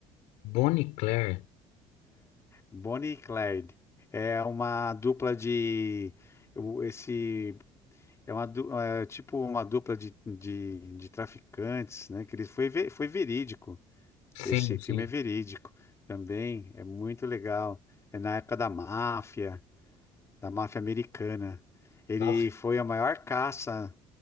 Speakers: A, on the left; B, on the left.
A: Bonnie Claire.
B: Bonnie e Clyde. É uma dupla de. o- Esse É uma, du- é tipo uma dupla de, de, de traficantes, né? Que ele foi, ve- foi verídico.
A: Sim,
B: Esse filme
A: sim.
B: é verídico também. É muito legal. É na época da máfia, da máfia americana. Ele
A: Nossa,
B: foi a maior caça